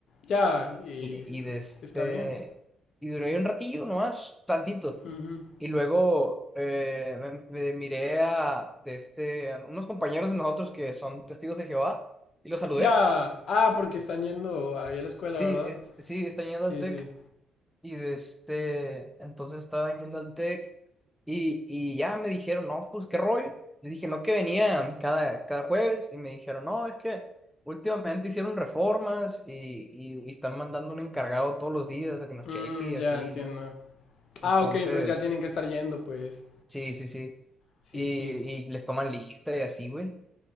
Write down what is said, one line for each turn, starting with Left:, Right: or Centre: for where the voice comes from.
Left: Ya, y
Centre: Y,
Left: su-
Centre: y de este,
Left: está bien.
Centre: y duré ahí un ratillo nomás, tantito.
Left: Ujú.
Centre: Y luego eh, me, me miré a, de este, a unos compañeros de nosotros que son testigos de Jehová y los saludé.
Left: Ya. Ah, porque están yendo ahí a la escuela,
Centre: Sí,
Left: ¿verdad?
Centre: es- sí, están yendo
Left: Sí,
Centre: al TEC
Left: sí.
Centre: Y de este, entonces estaban yendo al TEC y, y ya me dijeron, no, pues qué rollo. Le dije, no, que venían cada, cada jueves y me dijeron, no, es que últimamente hicieron reformas y, y, y están mandando un encargado todos los días a que nos
Left: Mm,
Centre: cheque y así,
Left: ya entiendo.
Centre: ¿no? Entonces,
Left: Ah, ok, entonces ya tienen que estar yendo, pues.
Centre: sí, sí, sí.
Left: Sí,
Centre: Y,
Left: sí.
Centre: y les toman lista y así, güey.